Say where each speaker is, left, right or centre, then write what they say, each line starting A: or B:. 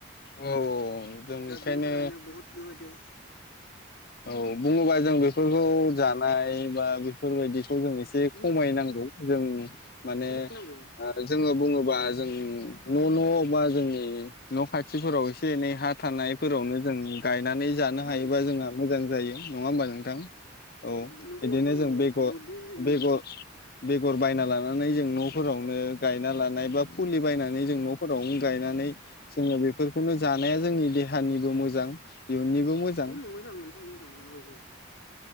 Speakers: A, on the left (about 45°); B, on the left (about 65°).
A: औ जों बेखायनो
B: दा बिनि थाखायनो बहुद बेबायदि
A: औ बुङोबा जों बेफोरखौ जानाय बा बेफोरबायदि जों एसे खमायनांगौ
B: उम
A: जों माने
B: खौ मावनांगौ
A: ओ जोङो बुङोबा जों न' न' बा जोंनि न' खाथिफोराव एसे एसे एनै हा थानायफोरावनो जों गायनानै जानो
B: उम
A: हायो। बा जोंहा मोजां जायो नङा होमबा नोंथां? औ
B: नंगौ
A: बिदिनो
B: नोंथां नंगौ
A: जों बेग-बेग
B: नदि उम
A: बेगर बायना लानानै जों न'फोरावनो गायना लानाय बा फुलि बायनानै जों न'फोरावनो गायनानै जोङो बेफोरखौनो जानाया जोंनि देहानिबो मोजां इयुननिबो मोजां
B: उम मोजां नोंथां मोजां औ औ